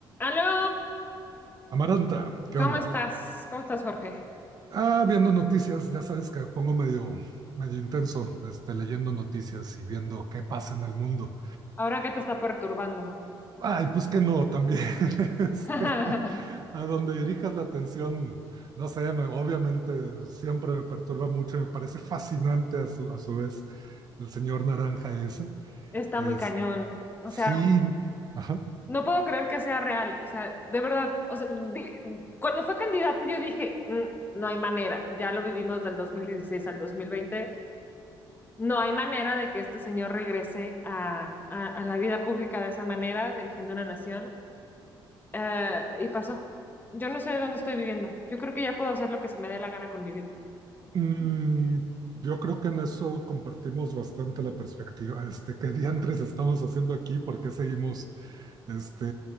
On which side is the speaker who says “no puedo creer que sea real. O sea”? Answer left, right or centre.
Left